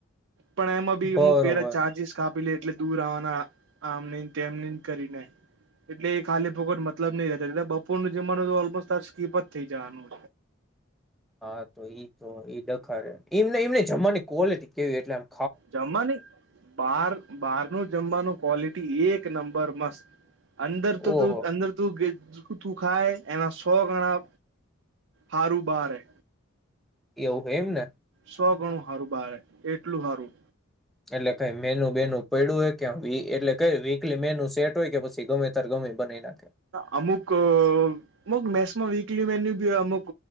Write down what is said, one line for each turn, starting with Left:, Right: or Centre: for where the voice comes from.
Right: પણ એમાં બી
Centre: બરોબર
Right: હુક પેરા ચાર્જિસ કાપી લે એટલે દૂર આવવાના આમ તેમની કરીને એટલે એ ખાલી પોકટ મતલબ નહતા બપોર નો જમાનું ઓલમો ત સ્કીપ જ થઈ જવાનું
Centre: હા તો ઈ તો એઈ દખા એમ એમને જમવાની કોલે કેવી એટલેમ
Right: જમવા નની બાર બહાર ન જમવાનું ક્વોલિટી એક નંબર મસ્ત અંદર
Centre: ઓહો
Right: તો ત અંદર તું તું ખાય એના સો ગણા હારું બારે
Centre: એવું એમને
Right: સો ગણું સારું બાર એટલું સારું
Centre: એટલે કઈ મેનુ બેનનું પડું હોય કે એટલે ક વીકલી મેનુ સેટ હોય કે પછી ગમે તરમે મે બને્યા
Right: અમુક અમુક મેસમાં વીકલી મેન્યુ બી અમુક